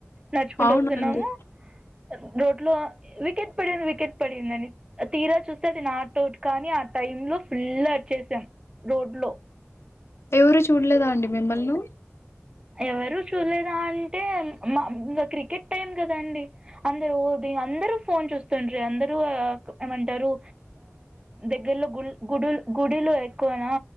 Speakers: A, on the right; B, on the left.
A: నడుచుకుంటా
B: అవునండి.
A: వస్తున్నామా రోడ్ లో వికెట్ వికెట్ పడింది వికెట్ పడిందని తీరా చూస్తే అది నాట్ వికెట్ కానీ ఆ టైమ్ లో ఫుల్ అరిచేసాం రోడ్ లో
B: ఎవరు చూడలేదా అండి మిమ్ములను
A: ఎవరు చూడలేదా అంటే మా ఇంకా క్రికెట్ టైం కాదండి అందరు దీని అందరు ఫోన్ చూస్తు ఉంటారు అందరు అని అంటారు దగ్గర్లో గుళ్ళు గుడు గుడిలో ఎక్కువనా